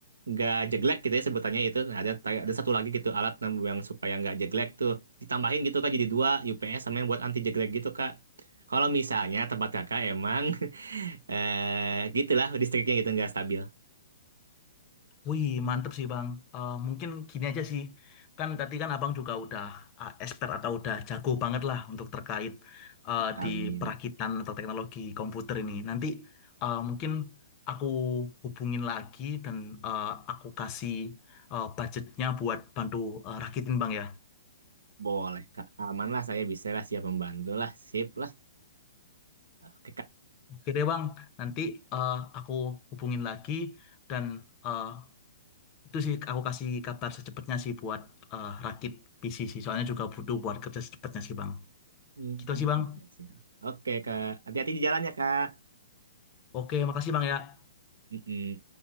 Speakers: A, on the right; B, on the left.
A: nggak jeglek gitu ya sebutannya itu. Nah, ada ada satu lagi gitu alat nam- yang supaya nggak jeglek tuh ditambahin gitu kak jadi dua UPS sama yang buat anti jeglek gitu kak. Kalau misalnya tempat kakak emang <laughs> eh gitulah listriknya gitu nggak stabil.
B: Wih, mantep sih Bang. Eh, mungkin gini aja sih. Kan tadi kan Abang juga udah eh, expert atau udah jago banget lah untuk terkait eh,
A: Amin.
B: di perakitan atau teknologi komputer ini. Nanti eh, mungkin aku hubungin lagi dan eh, aku kasih eh, budgetnya buat bantu eh, rakitin Bang ya.
A: Boleh, Kak. Aman lah, saya bisa lah, siap membantu lah. Sip lah. Oke, Kak.
B: Oke deh Bang, nanti eh, aku hubungin lagi dan eh, itu sih aku kasih kabar secepatnya sih buat eh, rakit PC sih. Soalnya juga butuh buat kerja secepatnya sih Bang.
A: Hmm,
B: Gitu sih Bang.
A: oke, siap. Oke, Kak. Hati-hati di jalannya, Kak.
B: Oke, makasih Bang ya.
A: Mm-mm.